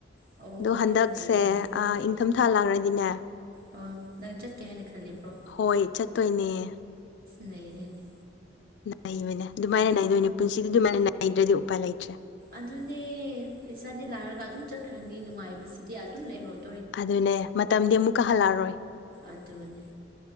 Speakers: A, on the right (about 55°); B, on the left (about 65°).
A: ꯑꯣ
B: ꯑꯗꯣ ꯍꯟꯗꯛꯁꯦ
A: ꯅꯩꯔꯦꯅꯦ
B: ꯏꯪꯊꯝꯊꯥ ꯂꯥꯡꯗꯤꯅꯦ
A: ꯑꯥ ꯅꯪ ꯆꯠꯀꯦ ꯍꯥꯏꯅ ꯈꯜꯂꯤꯕ꯭ꯔꯣ
B: ꯍꯣꯏ ꯆꯠꯇꯣꯏꯅꯦ <inaudible>
A: ꯅꯩꯔꯦꯅꯤ
B: ꯅꯩꯕꯅꯦ ꯑꯗꯨꯃꯥꯏꯅ ꯅꯩꯗꯣꯏꯅꯦ ꯄꯨꯟꯁꯤꯗꯤ ꯑꯗꯨꯃꯥꯏꯅ ꯅꯥꯏꯗ꯭ꯔꯗꯤ ꯎꯄꯥꯏ ꯂꯩꯇ꯭ꯔꯦ
A: ꯑꯗꯨꯅꯦ ꯄꯩꯁꯥꯗꯤ ꯂꯥꯏꯔꯒ ꯑꯗꯨꯝ ꯆꯠꯈ꯭ꯔꯅꯤ ꯅꯨꯡꯉꯥꯏꯕꯁꯤꯗꯤ ꯑꯗꯨꯝ ꯂꯩꯍꯧꯅꯤ
B: ꯑꯗꯨꯅꯦ ꯃꯇꯝꯗꯤ ꯑꯃꯨꯛꯀ ꯍꯜꯂꯛꯑꯔꯣꯏ
A: ꯑꯗꯨꯅꯦ